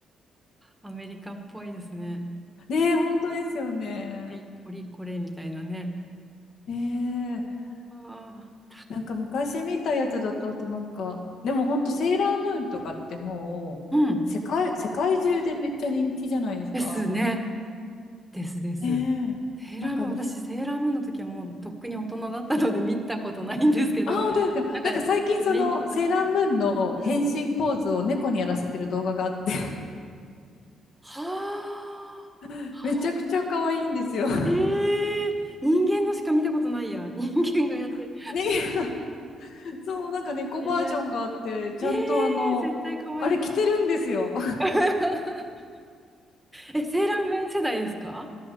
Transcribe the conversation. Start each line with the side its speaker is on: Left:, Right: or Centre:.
Centre: あアメリカっぽいですね。
Left: <laughs> ねえ、本当ですよね。
Centre: 鳥、鳥これみたいなね。
Left: ねえ。
Centre: はあ。
Left: なんか昔見たやつだと、あとなんか、でもほんとセーラームーンとかってもう、
Centre: うん。
Left: 世界、世界中でめっちゃ人気じゃないですか。
Centre: ですね。ですです。
Left: ねえ。
Centre: セーラームーン、
Left: なんかあの、
Centre: 私、セーラームーンの時はもうとっくに大人だったので見たことないんですけど、
Left: あ、本当ですか。
Centre: なんか、
Left: なんか最近そのセーラームーンの変身ポーズを猫にやらせてる動画があって、
Centre: 姪っ子が好きな。うん。はあ。
Left: <laughs>
Centre: はあ
Left: めちゃくちゃ可愛いんですよ。<laughs>
Centre: えー、人間のしか見たことないや。人間がやってる。
Left: ね、そう、なんか猫バージョンがあって、
Centre: <laughs> えー、
Left: ちゃんとあの、
Centre: えー絶対可愛いね。
Left: あれ着てるんですよ。
Centre: <laughs> え、セーラームーン世代ですか